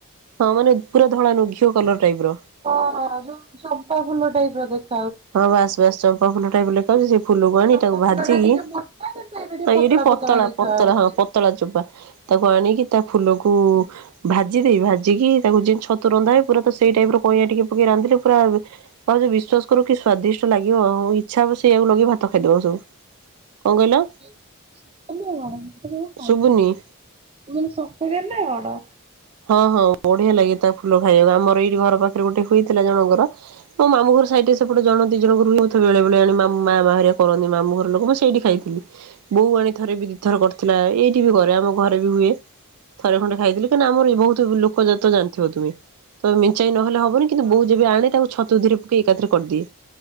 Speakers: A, on the right (about 85°); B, on the right (about 25°).
A: ହଁ ମାନେ ପୁରା ଧଳା ନୁ ଘିଅ କଲର ଟାଇପର।
B: ଓ ଯୋଉ ଚମ୍ପା ଫୁଲ ଟାଇପର ଦେଖ
A: ହଁ ବାସ୍ ବାସ୍ ଚମ୍ପା ଫୁଲ ଟାଇପ ଲେଖାଉଚି ସେ ଫୁଲକୁ ଆଣିକି
B: ଚମ୍ପା
A: ତାକୁ ଭାଜିକି
B: ଫୁଲ ଟା ଟିକେ ମୋଟା କିନ୍ତୁ ଏଇଟା
A: ହଁ ଇଏ ଟିକେ ପତଳା
B: ଦେଖା
A: ପତଳା
B: ହଉଛି।
A: ହଁ ପତଳା ଚୋପା। ତାକୁ ଆଣିକି ତା ଫୁଲକୁ ଭାଜି ଦେଇ ଭାଜିକି ତାକୁ ଯେ ଛତୁ ରନ୍ଧା ହଏ ପୁରା ସେଇ ଟାଇପ ର କଇଁ ଟିକେ ପକେଇି ରାନ୍ଧିଲେ ପୁରା ଆଉ ଯୋଉ ବିଶ୍ଵାସ କରୁ କି ସ୍ଵାଦିଷ୍ଟ ଲାଗିବ ଆଉ ଇଚ୍ଛା ହବ ସେଇଆକୁ ଲଗେଇ ଭାତ ଖାଇଦବ ସବୁ। କଣ କହିଲ?
B: <unintelligible> କଣ ମୁଁ ତ କେବେ
A: ଶୁବୁନି?
B: ଖାଇନି। ମୁଁ କହିନି ଶତରେ ନା କଣ?
A: ହଁ ହଁ ବଢିଆ ଲାଗେ ତା ଫୁଲ ଖାଇବାକୁ ଆମର ଏଇଠି ଘର ପାଖରେ ଗୋଟେ ହୋଇଥିଲା ଜଣଙ୍କର। ତମ ମାମୁଁ ଘର ସାଇଟରେ ସେପଟେ ଜଣ ଦିଇ ଜଣଙ୍କର ହୋଉଥିବ ବେଳେ ଆଣି ମାମ୍ ମାମା ହେରିକା କରନ୍ତି ମାମୁ ଘର ଲୋକ ପା ସେଇଠି ଖାଇଥିଲି। ବୋଉ ଆଣୀ ଥରେ ବି ଦିଇଥର କରିଥିଲା ଏଇଠି ବି କରେ ଆମ ଘରେ ବି ହୁଏ। ଥରେ ଖଣ୍ଡେ ଖାଇଥିଲୁ କାଇଁ ନା ଆମର ଇ ବୋହୁତୁ ଲୋକ ଜାତ ଜାଣିଥିବ ତୁମେ ତ ମେଞ୍ଚାଇ ନହେଲେ ହବନି କିନ୍ତୁ ବୋଉ ଯେବେ ଆଣେ ତାକୁ ଛ ଛତୁ ଧୀରେ ପକେଇ ଏକାଥ୍ରେ କରଦିଏ